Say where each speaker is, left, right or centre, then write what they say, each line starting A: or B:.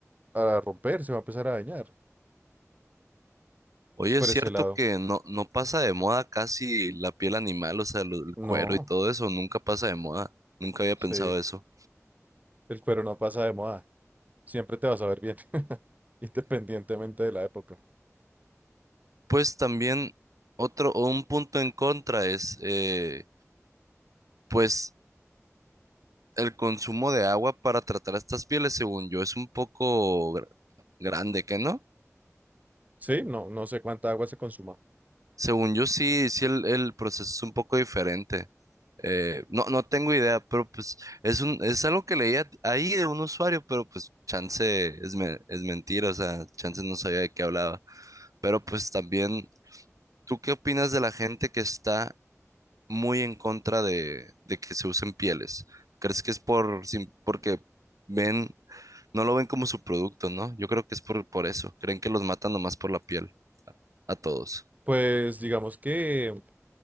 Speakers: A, on the right; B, on the right.
A: a romper, se va a empezar a dañar.
B: Oye,
A: Entonces, por
B: es cierto
A: ese lado,
B: que no, no pasa de moda casi la piel animal, o sea, lo- el
A: no,
B: cuero y todo eso, nunca pasa de moda. Nunca había
A: sí,
B: pensado eso.
A: el cuero no pasa de moda. Siempre te vas a ver bien, <laughs> independientemente de la época.
B: Pues también otro o un punto en contra es, eh, pues el consumo de agua para tratar estas pieles, según yo, es un poco gra- grande, ¿qué no?
A: Sí, no, no sé cuánta agua se consuma.
B: Según yo sí, sí el, el proceso es un poco diferente. Eh, no, no tengo idea, pero pues es un, es algo que leía ahí de un usuario, pero pues chance es, me- es mentira, o sea, chance no sabía de qué hablaba. Pero pues también, ¿tú qué opinas de la gente que está muy en contra de, de que se usen pieles. ¿Crees que es por, sim- porque ven, no lo ven como su producto, ¿no? Yo creo que es por, por eso. Creen que los matan nomás por la piel, a todos.
A: Pues digamos que